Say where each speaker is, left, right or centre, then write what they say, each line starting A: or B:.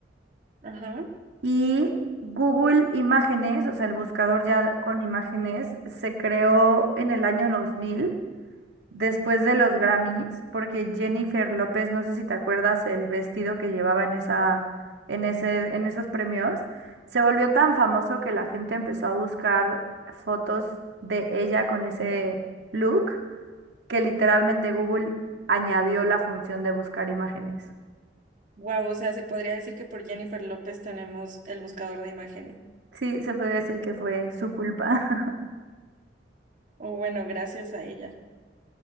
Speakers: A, on the right; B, on the right.
A: Ajá.
B: y Google Imágenes, o sea, el buscador ya con imágenes, se creó en el año 2000 después de los Grammys, porque Jennifer López, no sé si te acuerdas el vestido que llevaba en esa, en ese, en esos premios, se volvió tan famoso que la gente empezó a buscar fotos de ella con ese look, que literalmente Google añadió la función de buscar imágenes.
A: Wow, o sea, se podría decir que por Jennifer López tenemos el buscador de imágenes.
B: Sí, se puede decir que fue su culpa. <laughs>
A: O bueno, gracias a ella.